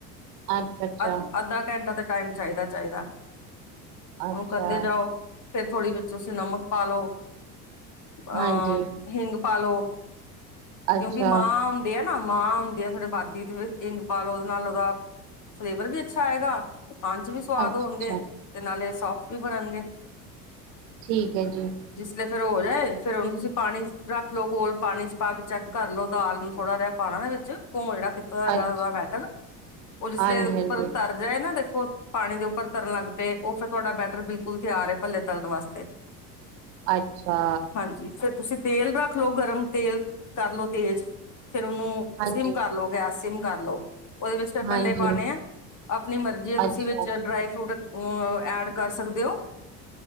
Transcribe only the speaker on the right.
ਅੱਛਾ ਅੱਛਾ
ਅੱਛਾ
ਹਾਂਜੀ
ਅੱਛਾ
ਅੱਛਾ
ਅੱਛਾ
ਠੀਕ ਹੈ ਜੀ।
ਅੱਛ
ਹਾਂਜੀ ਹਾਂਜੀ
ਅੱਛਾ।
ਹਾਂਜੀ
ਹਾਂਜੀ
ਅੱਛਾ